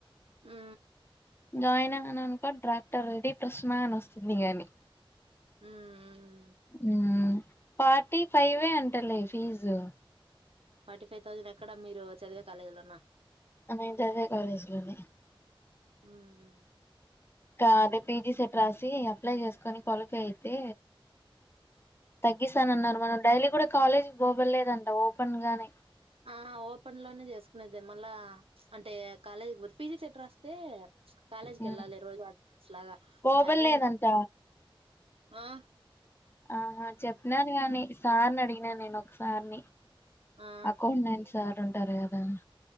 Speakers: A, on the right; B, on the left.
A: ఆ.
B: జాయిన్ అయన అనుకో డ్రాక్టర్ రెడీ ప్రశ్నా అని వస్తుంది గాని.
A: ఉఊ.
B: ఊ. ఫార్టీ ఫైవే అంటలే ఫీజు.
A: ఫార్టీ ఫైవ్ తౌజండెక్కడ! మీరు చదివే కాలేజ్లోనా.?
B: ఆ నేన్ చదివే కాలేజ్ లోనే.
A: హ్మ్.
B: అదే పీజీ సెట్ రాసి, అప్లై జేస్కొని క్వాలిఫై అయితే, తగ్గిస్తానన్నారు మనం డైలీ కూడా కాలేజ్ బొగులేదంట ఓపెన్ గానే.
A: ఆ ఓపెన్ లోనే జేస్కునేది మళ్ళా అంటే కాలేజ్ పోత్ పిజీ సెట్ రాస్తే. కాలేజ్కెళ్ళాలి
B: ఉమ్
A: రోజు అటెండెన్స్ లాగా
B: ఓపెన్
A: అదే.
B: లేదంట
A: అ‌.
B: ఆహా చెప్నరూ గాని, సార్నడిగి. నే నేనోక్సార్ని.
A: ఆ
B: అకౌంనైన్ సార్ ఉన్. తరే అబా. !